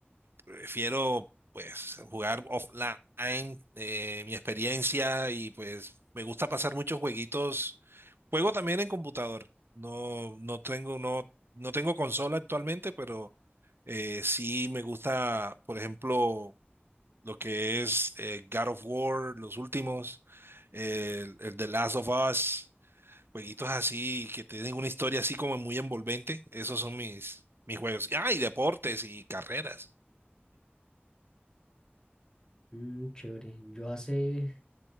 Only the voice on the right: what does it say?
prefiero pues jugar offline, eh, mi experiencia y pues me gusta pasar muchos jueguitos. Juego también en computador. No, no tengo, no, no tengo consola actualmente, pero eh, sí me gusta, por ejemplo, lo que es eh, God of War, los últimos, eh, el, el The Last of Us, jueguitos así que tienen una historia así como muy envolvente. Esos son mis, mis juegos. Ah, y deportes y carreras.